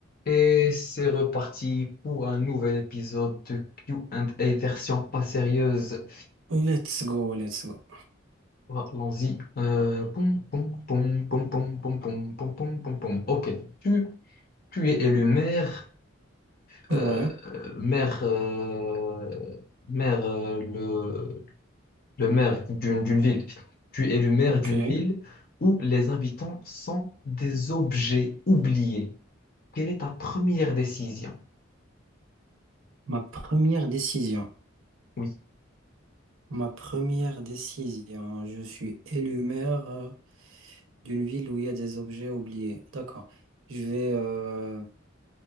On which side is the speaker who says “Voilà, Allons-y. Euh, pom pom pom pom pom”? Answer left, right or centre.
Left